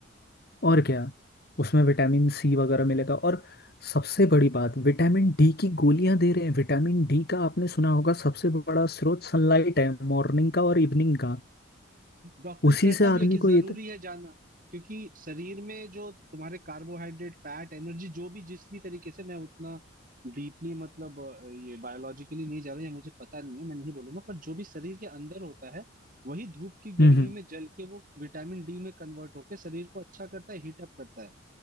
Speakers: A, on the left; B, on the right.
A: और क्या उसमें विटामिन सी वगैरह मिलेगा और सबसे बड़ी बात विटामिन डी की गोलियां दे रहे हैं विटामिन डी का आपने सुना होगा सबसे बड़ा स्रोत सनलाइट है मॉर्निंग का और इवनिंग का
B: डॉक्टर
A: उसी
B: कहता
A: से आदमी
B: भी है कि जरूरी
A: को ये तो-
B: है जाना क्योंकि शरीर में जो तुम्हारे कार्बोहाइड्रेट फैट एनर्जी जो भी जिस भी तरीके से मैं उतना डीपली मतलब अ, ये बायोलॉजिकली नहीं जा रहा या मुझे पता नहीं है मैं नहीं बोलूंगा पर जो भी शरीर के अंदर होता है वही धूप की गर्मी
A: हम्म
B: में जल के वो विटामिन डी में कन्वर्ट होकर शरीर को अच्छा करता है हीट अप करता है